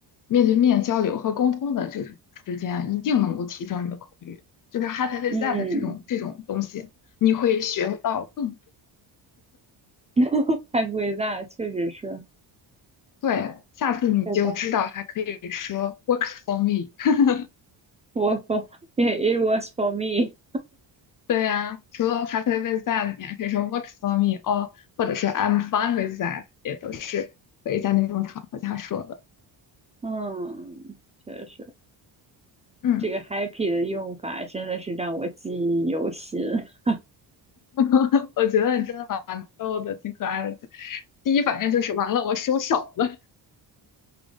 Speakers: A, on the left; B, on the right.
A: 面对面交流和沟通的这种时间啊，一定能够提升你的口语。就是 Happy with
B: 嗯，
A: that 这种这种东西，你会学到更
B: <laughs> 太贵大，确实是，
A: 对，下次你就知道还可以说
B: 是的
A: works for me。<laughs>
B: 我 o r k f it it was for me，
A: 对呀、除了 happy with that，你还可以说 works for me，哦，或者是 I'm fine with that，也都是可以在那种场合下说的。
B: 嗯，确实。
A: 嗯，
B: 这个 happy 的用法真的是让我记忆犹新。<laughs>
A: <laughs> 我觉得你真的蛮逗的，挺可爱的。第一反应就是完了，我收手了。